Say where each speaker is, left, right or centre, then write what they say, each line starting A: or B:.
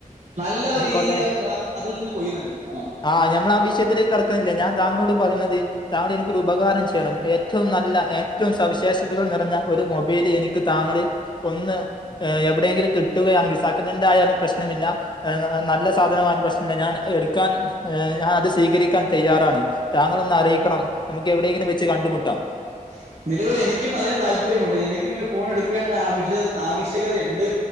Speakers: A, on the right (about 55°); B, on the left (about 35°).
A: നല്ല ഒര്
B: ആയിക്കോട്ടെ
A: രീതിയിലൊരു ലാഭം അതിൽ നിന്ന് കൊയ്യുന്ന്ണ്ട് ആഹ്
B: ആഹ് ഞമ്മളാ വിഷയത്തിലേക്ക് കടക്ക്ന്നില്ല ഞാൻ താങ്കളോട് പറയുന്നത് താങ്കൾ എനിക്കൊരു ഉപകാരം ചെയ്യണം ഏറ്റവും നല്ല ഏറ്റവും സവിശേഷതകൾ നിറഞ്ഞ ഒര് മൊബൈല് എനിക്ക് താങ്ങള് ഒന്ന് ഏഹ് എവിടെയെങ്കിലും കിട്ടുകയാണെങ്കി സക്കനന്റായാലും പ്രശ്നമില്ലാ ഏഹ് നല്ല സാധനമായാലും പ്രശ്നല്ല ഞാൻ എട്ക്കാൻ എഹ് ഞാൻ അത് സ്വീകരിക്കാൻ തയ്യാറാണ് താങ്കളൊന്ന് അറിയിക്കണം നമുക്ക് എവിടെയെങ്കിലും വെച്ച് കണ്ട്മുട്ടാം
A: <unintelligible> നിലവിൽ എനിക്കും അതിന് താല്പര്യമുണ്ട് എനിക്കും ഒരു ഫോൺ എട്ക്കേണ്ട ആവശ്യകത ആവശ്യകതയ്ണ്ട്